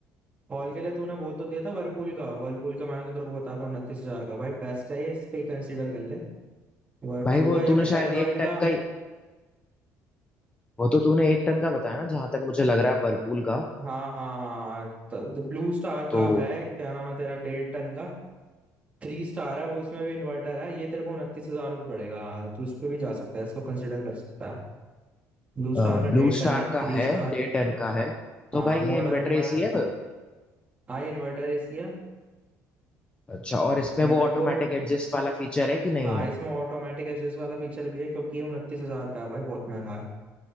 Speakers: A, on the right (about 20°); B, on the left (about 15°).
A: हॉल के लिए तूने बोल तो दिया था वर्लपूल का वर्लपूल का मैंने तो तेरे को बताया था उनतीस हजार का भाई बेस्ट है ये इस पे कंसीडर कर ले वर्लपूल
B: भाई वो
A: का
B: तूने
A: या फिर
B: शायद
A: एलॉयड
B: एक टन
A: का
B: का ही वो तो तूने एक टन का बताया ना जहां तक मुझे लग रहा है वर्लपूल का
A: हाँ हाँ हाँ हाँ ब्लू स्टार
B: तो
A: का है क्या नाम है तेरा डेढ़ टन का थ्री स्टार है वो इसमें भी इन्वर्टर है ये तेरे को उनतीस हजार रुपये पड़ेगा तो इस पे भी जा सकता है इसको कंसिडर कर सकता है ब्लू स्टार
B: ब्लू
A: का डेढ़
B: स्टार
A: टन है थ्री
B: का है
A: स्टार
B: डेढ़ टन का है तो
A: हाँ
B: भाई
A: मॉडल
B: ये इन्वर्टर
A: नंबर
B: एसी
A: है
B: है वो?
A: हाँ इन्वर्टर इसकी है
B: अच्छा और इसमें
A: मैं तेरे
B: वो ऑटोमेटिक
A: को
B: एडजस्ट वाला फीचर है कि नहीं
A: हाँ
B: है
A: इसमें ऑटोमेटिक एडजस्ट वाला फीचर भी है क्योंकि ये उनतीस हजार का है भाई बहुत महंगा है